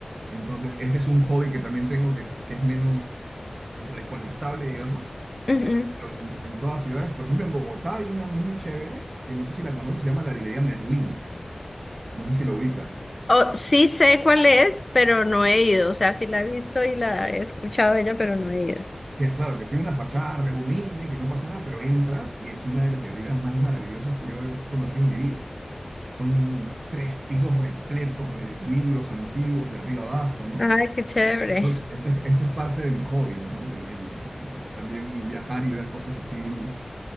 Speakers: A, on the right (about 65°); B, on the left (about 35°).
A: Entonces, ese es un hobby que también tengo que es, que es menos recolectable, digamos,
B: Ujú.
A: pero en, en todas ciudades. Por ejemplo, en Bogotá hay una muy chévere, que no sé si la conoces, se llama la librería Merlín. No sé si la ubicas.
B: Oh, sí sé cuál es, pero no he ido. O sea, sí la he visto y la he escuchado ella, pero no he ido.
A: que claro, que tiene una fachada re humilde, que no pasa nada, pero entras y es una de las librerías más maravillosas que yo he conocido en mi vida. Son tres pisos repletos de libros antiguos de arriba abajo, ¿no?
B: Ay, qué chévere.
A: Entonces, ese, es- ese es parte de mi hobby, ¿no? El- el- el también viajar y ver cosas así